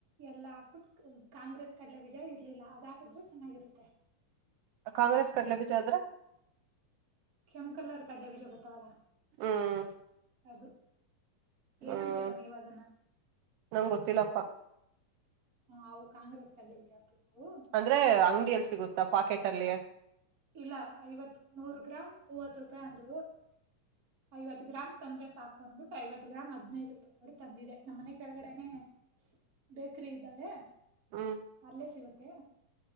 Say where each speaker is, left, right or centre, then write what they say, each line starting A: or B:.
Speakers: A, on the right (about 50°); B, on the right (about 80°).
A: ಎಲ್ಲಾ ಹಾಕ್ಬಿಟ್ಟ ಕಾಂಗ್ರೆಸ್ ಕಡ್ಲೆ ವಿಜಯ ಇರ್ಲಿಲ್ಲ ಅದ ಹಾಕದ್ರೆ ಚೆನ್ನಾಗಿರುತ್ತೆ
B: ಕಾಂಗ್ರೆಸ್ ಕಡ್ಲೆ ಬೀಜ ಆದ್ರೆ
A: ಕೆಂ ಕಲ್ಲ ಅವ ಕಡಲೆ ಬೀಜ ಬತ್ತಾವಲ್ಲ
B: ಹ್ಮ್
A: ಅದು
B: ಹ್ಮ್
A: ಏನಂತೀರಾ ನೀವ್ ಅದನ್ನ
B: ನಂ ಗೊತ್ತಿಲ್ಲಪ್ಪಾ
A: ಹ ಅವು ಕಾಂಗ್ರೆಸ್ ಕಡ್ಲಿ ಜಾತ ನವು
B: ಅಂದ್ರೆ ಅಂಗಡಿಯಲ್ಲಿ ಸಿಗುತ್ತಾ ಪಾಕೆಟ್ ಅಲ್ಲಿಯ
A: ಇಲ್ಲ ಐವತ್ ನೂರ್ ಗ್ರಾಮ್ ಮೂವತ್ ರೂಪಾಯಿ ಅಂದ್ರು ಐವತ್ ಗ್ರಾಮ್ ತಂದ್ರೆ ಸಾಕ ಬಂದ್ಬಿಟ್ಟು ಐವತ್ ಗ್ರಾಮ್ ಹದ್ೈದು ರೂಪಾಯಿ ಕೊಡಿ ತಂದಿದೆ ನಮ್ಮ್ನೆ ಕೆಳಗಡೆನೆ ಬೇಕ್ರ ಇದ್ದಾವೆ
B: ಹ್ಮ್
A: ಅಲ್ಲೇ ಸಿಗುತ್ತೆ